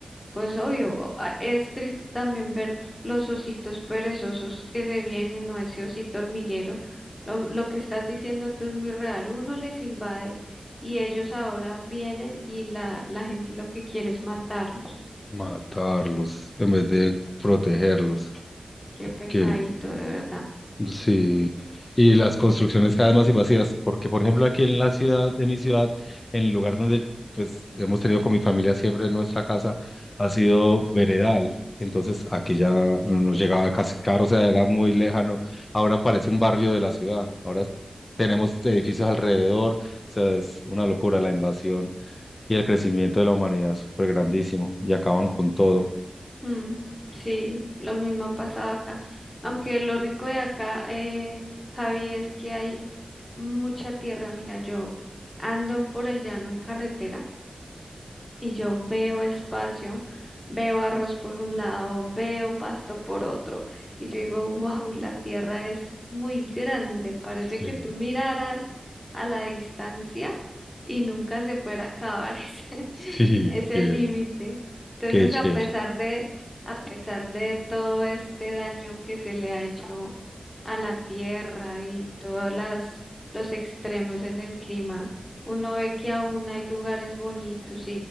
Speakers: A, on the left (about 25°); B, on the left (about 45°).
A: Pues obvio, o- a- es triste también ver los ositos perezosos que se vienen o ese osito hormiguero. Lo, lo que estás diciendo tú es muy real. Uno les invade y ellos ahora vienen y la, la gente lo que quiere es matarlos.
B: matarlos en vez de protegerlos.
A: Qué pecadito,
B: Que lo-
A: de verdad.
B: sí. Y las construcciones cada vez más invasivas, porque por ejemplo aquí en la ciudad, de mi ciudad, en el lugar donde pues hemos tenido con mi familia siempre nuestra casa, ha sido veredal. Entonces aquí ya nos llegaba casi carro, o sea, era muy lejano. Ahora parece un barrio de la ciudad. Ahora es- tenemos edificios alrededor, o sea, es una locura la invasión y el crecimiento de la humanidad es súper grandísimo y acaban con todo.
A: Mm, sí, lo mismo ha pasado acá. Aunque lo rico de acá, eh, Javi, es que hay mucha tierra. Mira, yo ando por el llano en carretera y yo veo espacio, veo arroz por un lado, veo pasto por otro, y yo digo, wow, la tierra es muy grande, parece
B: Sí,
A: que tú miraras a la distancia y nunca se fuera a acabar <laughs> ese,
B: sí,
A: ese
B: qué,
A: límite. Entonces,
B: qué chévere.
A: a pesar de, a pesar de todo este daño que se le ha hecho a la tierra y todos las, los extremos en el clima, uno ve que aún hay lugares bonitos